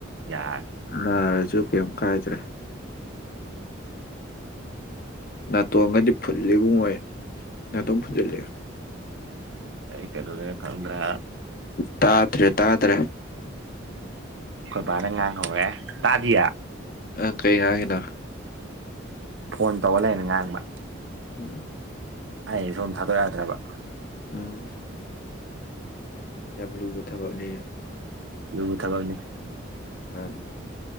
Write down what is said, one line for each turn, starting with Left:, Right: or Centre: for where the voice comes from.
Right: ꯌꯥꯔꯦ
Left: ꯅꯥꯔꯁꯤ ꯨ ꯀꯩꯝ ꯀꯥꯏꯗ꯭ꯔꯦ ꯅꯥꯇꯣꯡꯒꯗꯤ ꯐꯨꯠꯂꯤꯕꯨꯡꯉꯣꯏ ꯅꯥꯇꯣꯡ ꯐꯨꯖꯤꯜꯂꯦ
Right: ꯀꯦ ꯑꯗꯨꯉ ꯀꯗ꯭ꯔ
Left: ꯇꯥꯗ꯭ꯔꯦ ꯇꯥꯗ꯭ꯔꯦ
Right: ꯈꯣꯏ ꯕꯥꯅ ꯉꯥꯡ ꯍꯧꯔꯦ ꯇꯥꯗꯤꯌꯦ
Left: ꯑꯪ ꯀꯩꯉꯥꯡꯒꯤꯅꯣ
Right: ꯐꯣꯟ ꯇꯧꯔ ꯂꯩꯅ ꯉꯥꯡꯕ
Left: ꯎꯝ
Right: ꯑꯩ ꯁꯣꯝ ꯊꯥꯗꯣꯔꯛꯦ ꯌꯥꯗ꯭ꯔꯕ
Left: ꯎꯝ ꯌꯥꯝ ꯂꯨꯕ ꯊꯕꯛꯅꯤ
Right: ꯂꯕꯨꯨ ꯊꯒꯅꯤ
Left: ꯑ